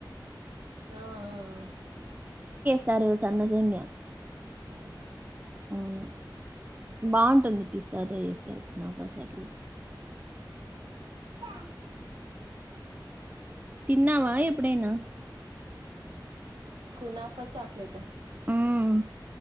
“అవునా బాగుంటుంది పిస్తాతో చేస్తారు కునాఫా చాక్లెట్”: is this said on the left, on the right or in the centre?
Right